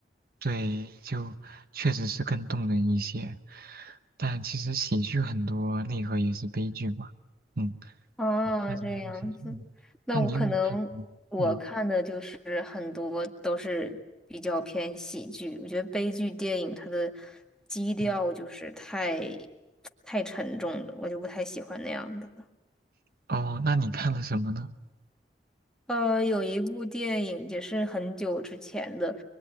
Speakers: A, on the right (about 55°); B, in the centre.
A: 对，就确实是更动人一些。但其实喜剧很多内核也是悲剧嘛，嗯，
B: 啊，
A: 也看是那种喜剧。
B: 这样子，
A: 嗯，
B: 那我可能我看的就是很多都是比较偏喜剧，
A: 那你有没有看过？嗯，
B: 我觉得悲剧电影它的基调就是太
A: 哦，
B: 太沉重了，我就不太喜欢那样的。
A: 哦，那你看了什么呢？
B: 呃，有一部电影也是很久之前的，